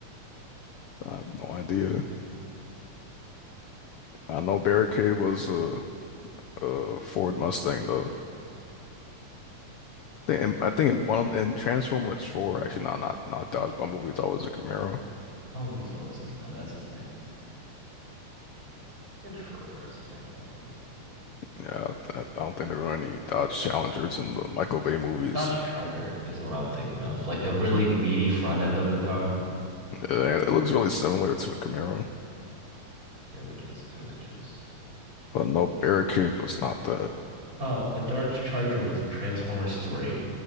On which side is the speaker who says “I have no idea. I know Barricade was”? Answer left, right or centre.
Left